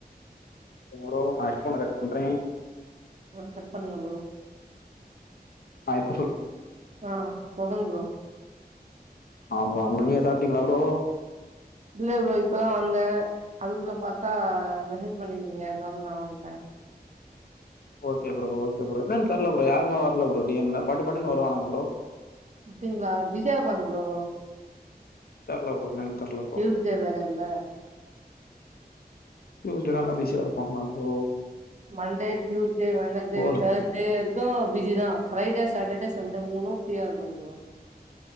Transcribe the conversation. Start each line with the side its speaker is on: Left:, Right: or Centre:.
Left: ப்ரோ நா ஹெட்ஃபோன கட் பண்றே
Right: ம் கட் பண்ணுங்க ப்ரோ
Left: ஆ இப்ப சொல்
Right: ஆ சொல்லுங்க ப்ரோ
Left: ஆ ப்ரோ அப்றோ நீங்க சாப்ட்டீங்ளா ப்ரோ
Right: இல்ல ப்ரோ இப்பதா வந்த அதுக்குள்ள பாத்தா மெசேஜ் பண்ணியிருந்தீங்க அதனால நா வன்ட்ட
Left: ஓகே ப்ரோ ஓகே ப்ரோ என்னன் தெர்ல ப்ரோ யாருமே வரல ப்ரோ டி எம்ல பட்டுப்பட்டுன்னு வருவானுங்க ப்ரோ
Right: அப்டிங்ளா பிஸியா இருப்பாங்க ப்ரோ
Left: தெர்ல ஃப்ரோ என்னான்னு தெர்ல ப்ரோ
Right: டியூஸ்டே வேற இல்ல
Left: டியூஸ்டேலா எல்லா பிஸியா இருப்பாங்ளா அப்போ
Right: மண்டே டியூஸ்டே வென்னஸ்டே
Left: போல
Right: தர்ஸ் அத இருக்கு பிஸிதா ஃப்ரைடே சாட்டர்டே சண்டே மூணும் ஃப்ரீயா இருக்கு ப்ரோ